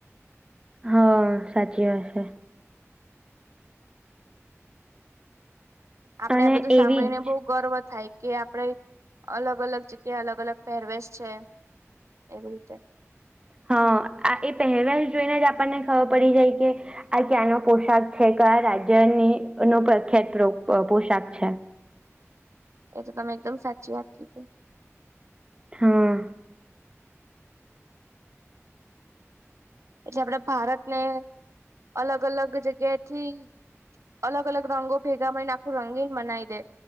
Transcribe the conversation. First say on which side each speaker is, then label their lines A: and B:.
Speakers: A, on the right; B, on the right.
A: હા સાચી વાત છે.
B: આપડે
A: અને
B: આ બધું સાંભળીને
A: એવી જ
B: બહુ ગર્વ થાય કે આપણે, અલગ અલગ જગ્યા, અલગ અલગ પહેરવેશ છે. એવી રીતે
A: હા, આ એ પહેરવેશ જોઈને જ આપણને ખવર પડી જાય કે આ ક્યાંનો પોશાક છે, કયા રાજ્યની નો પ્રખ્યાત પ્રો, પોશાક છે.
B: એ તો તમે એકદમ સાચી વાત કીધી.
A: હા.
B: એટલે આપડે ભારતને અલગ અલગ જગ્યા થી. અલગ અલગ રંગો ભેગા મળઈને આખું રંગીને મનાવી દે